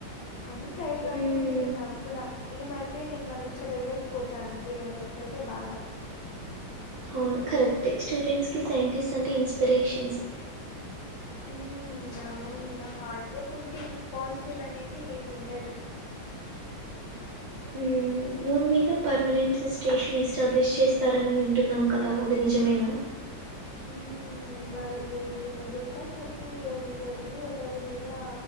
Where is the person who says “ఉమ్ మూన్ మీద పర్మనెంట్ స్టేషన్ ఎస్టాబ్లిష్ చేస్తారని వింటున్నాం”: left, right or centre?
Right